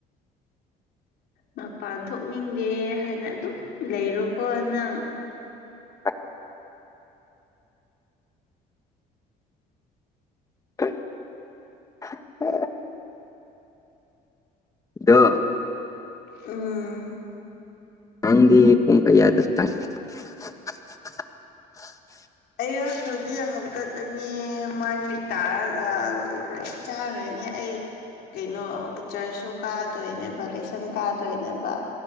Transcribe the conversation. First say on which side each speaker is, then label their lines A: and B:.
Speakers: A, on the left; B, on the left.
A: ꯃꯄꯥꯟ ꯊꯣꯛꯅꯤꯡꯗꯦ ꯍꯥꯏꯅ ꯑꯗꯨꯝ ꯂꯩꯔꯣꯀꯣ ꯅꯪ
B: ꯐ <inaudible> <unintelligible> ꯗ
A: ꯎꯝ
B: ꯍꯥꯡꯗꯤ ꯄꯨꯡ ꯀ ꯌꯥ ꯆ <unintelligible>
A: ꯑꯩ ꯍꯧꯖꯤꯛ ꯍꯧꯀꯠꯂꯅꯤ ꯃꯥꯏ ꯃꯤꯠ ꯇꯥꯔꯒ ꯂꯣꯏꯈ꯭ꯔꯦ ꯆꯥꯈꯅꯤ ꯑꯩ ꯀꯩꯅꯣ ꯆꯔꯆꯁꯨ ꯀꯥꯗꯣꯏꯅꯦꯕ ꯂꯥꯏꯁꯪ ꯀꯥꯗꯣꯏꯅꯦꯕ